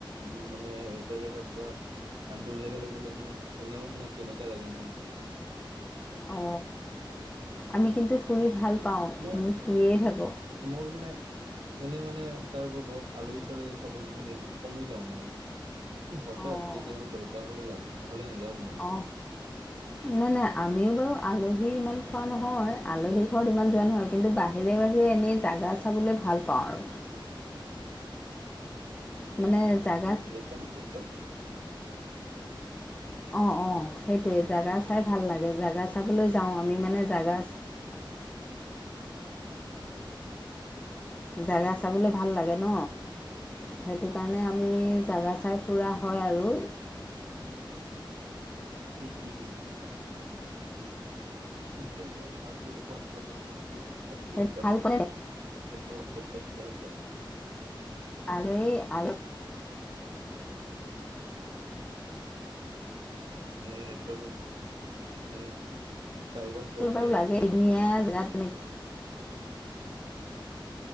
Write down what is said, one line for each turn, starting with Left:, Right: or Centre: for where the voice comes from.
Right: উ মানে এটা জেগাৰ পৰা আনটো জেগালে গ'লে মানে এনেও মানে কেনেকা লাগে মনটো।
Left: অ, আমি কিন্তু ফুৰি ভাল পাওঁ।
Right: মই
Left: আমি ফুৰিয়ে থাকোঁ।
Right: মোক মানে এনেই মানে কাৰোবাৰ ঘৰত আলহী-চালহী খাব মানে কমেই যাওঁ মানে। হঠাৎ
Left: অঁ
Right: কেতিয়াবা দৰকাৰ হলে যাওঁ নহ'লে নাযাও মই।
Left: অহ। না, না আমিও বাৰু আলহী ইমান খোৱা নহয়। আলহী ঘৰত ইমান যোৱা নহয়। কিন্তু বাহিৰে বাহিৰে এনেই জাগা চাবলে ভাল পাওঁ আৰু।
Right: <inaudible>
Left: মানে জাগা
Right: নেটৱৰ্কৰ
Left: অ, অ সেইটোৱে। জাগা চাই ভাল লাগে। জাগা চাবলৈ যাওঁ। আমি মানে জাগা জাগা চাবলে ভাল লাগে ন? সেইটো কাৰণে আমি জাগা চাই ফুৰা হয় আৰু।
Right: উম, উম। <unintelligible>
Left: সেই ভাল পালে <unintelligible>
Right: নেটৱৰ্কৰ <unintelligible> চাৰ্ভাৰ প্ৰব্লেম
Left: <unintelligible>
Right: দি
Left: বাৰু
Right: আছে
Left: লাগে এদিনীয়া জেগাত <unintelligible>